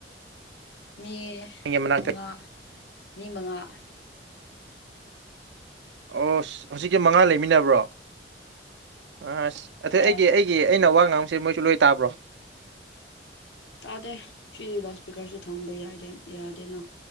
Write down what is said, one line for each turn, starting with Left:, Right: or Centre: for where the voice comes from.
Left: ꯃꯤ
Right: ꯅꯪꯒꯤ ꯃꯅꯥꯛꯇ
Left: ꯃꯉꯥ ꯃꯤ ꯃꯉꯥ
Right: ꯑꯣꯁ ꯍꯧꯖꯤꯛꯀꯤ ꯃꯉꯥ
Left: ꯎꯝ
Right: ꯂꯩꯃꯤꯟꯅꯕ꯭ꯔꯣ ꯑꯁ ꯑꯇꯩ
Left: ꯍꯣꯏ
Right: ꯑꯩꯗꯤ ꯑꯩ ꯀꯤ ꯑꯩꯅ ꯋꯥ ꯉꯥꯡꯕꯁꯦ ꯃꯣꯏꯁꯨ ꯂꯣꯏ ꯇꯥꯕ꯭ꯔꯣ꯫
Left: ꯇꯥꯗꯦ ꯁꯤꯗꯤ ꯂꯥꯁ ꯁ꯭ꯄꯤꯀꯔꯁꯨ ꯊꯝꯕ ꯌꯥꯏꯗꯦ ꯌꯥꯗꯦꯅ꯫